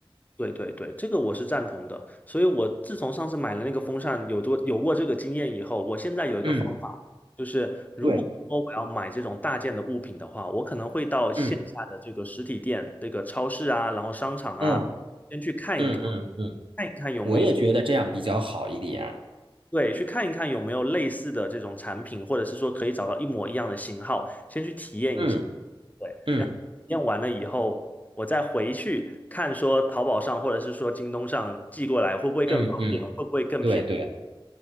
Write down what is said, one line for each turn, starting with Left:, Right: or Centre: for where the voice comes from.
Left: 对对对，这个我是赞同的。所以我自从上次买了那个风扇，有多有过这个经验以后，我现在有一个方法，
Right: 嗯，
Left: 就是如果说我要买这种大件的物品的话，
Right: 对，
Left: 我可能会到线下的这个实体店、
Right: 嗯
Left: 这个超市啊，然后商场啊，
Right: 嗯
Left: 先去看一看，
Right: 嗯嗯嗯，
Left: 看一看有没有，
Right: 我也觉得这样比较好一点。
Left: 对，去看一看有没有类似的这种产品，或者是说可以找到一模一样的型号，先去体验一下。
Right: 嗯
Left: 对，
Right: 嗯
Left: 然后验完了以后，我再回去看说淘宝上或者是说京东上寄过来会不会更方便，
Right: 嗯嗯，
Left: 会不会更便宜？
Right: 对对，